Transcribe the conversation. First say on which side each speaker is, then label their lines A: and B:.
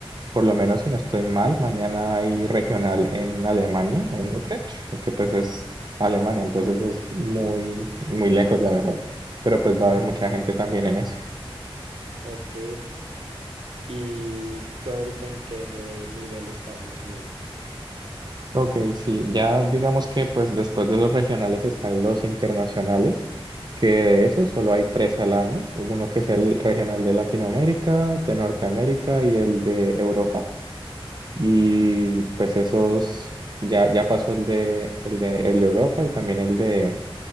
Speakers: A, on the right; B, on the right.
A: por lo menos si no estoy mal, mañana hay regional en Alemania, en Utrecht, eh, que pues es Alemania, entonces es muy, muy lejos, la verdad. Pero pues va
B: Ajá,
A: a haber mucha
B: <laughs>
A: gente también en eso.
B: Ok, ¿y tú ahorita en qué nivel estás más o menos?
A: Ok, sí, ya digamos que pues después de los regionales están los internacionales, que de esos solo hay tres al año, uno que es el regional de Latinoamérica, de Norteamérica y el de Europa. Y pues esos, ya, ya pasó el de, el de, el de Europa y también el de